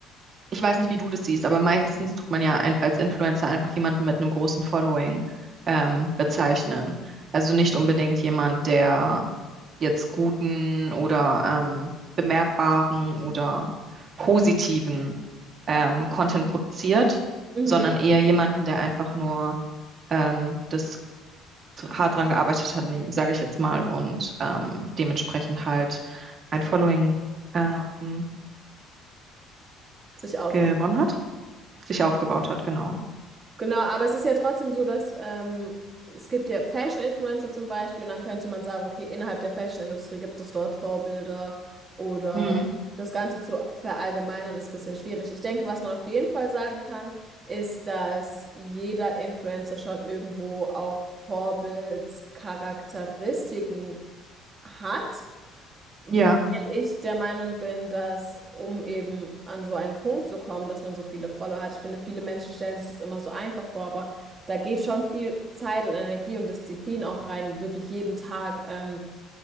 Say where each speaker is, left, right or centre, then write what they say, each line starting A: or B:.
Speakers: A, on the right; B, on the right.
A: ich weiß nicht, wie du das siehst, aber meistens tut man ja ein, als Influencer einfach jemanden mit einem großen Following ähm, bezeichnen. Also nicht unbedingt jemand, der jetzt guten oder ähm, bemerkbaren oder positiven ähm, Content produziert,
B: Mhm.
A: sondern eher jemanden, der einfach nur ähm, das hart dran gearbeitet hat, sage ich jetzt mal, und ähm, dementsprechend halt ein Following ähm,
B: Sich aufgebaut.
A: gewonnen hat, sich aufgebaut hat, genau.
B: Genau, aber es ist ja trotzdem so, dass ähm, es gibt ja Fashion-Influencer zum Beispiel und dann könnte man sagen, okay, innerhalb der Fashion-Industrie gibt es dort Vorbilder oder
A: Mhm.
B: das Ganze zu verallgemeinern ist ein bisschen schwierig. Ich denke, was man auf jeden Fall sagen kann, ist, dass jeder Influencer schon irgendwo auch Vorbildscharakteristiken hat. Weil
A: Ja,
B: ich der Meinung bin, dass um eben an so einen Punkt zu kommen, dass man so viele Follower hat, ich finde, viele Menschen stellen sich das immer so einfach vor, aber da geht schon viel Zeit und Energie und Disziplin auch rein, wirklich jeden Tag ähm,